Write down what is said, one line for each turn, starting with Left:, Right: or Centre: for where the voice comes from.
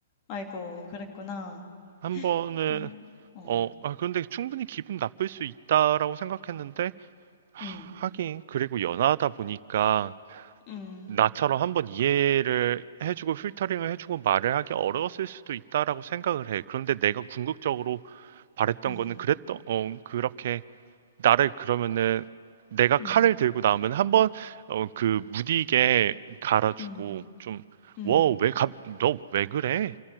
Left: 아이고, 그랬구나.
Right: 한 번은
Left: 그래. 어.
Right: 어, 아, 그런데 충분히 기분 나쁠 수 있다라고 생각했는데 하-
Left: 음,
Right: 하긴 그리고 연하다 보니까
Left: 음,
Right: 나처럼 한번 이해를 해주고 필터링을 해주고 말을 하기 어려웠을 수도 있다라고 생각을 해. 그런데 내가 궁극적으로 바랬던
Left: 음,
Right: 거는 그랬던 어, 그렇게 나를 그러면은 내가 칼을
Left: 음,
Right: 들고 나오면 한번 어, 그 무디게 갈아주고
Left: 음,
Right: 좀워왜너
Left: 음, 음, 음,
Right: 왜 갑- 너 왜 그래?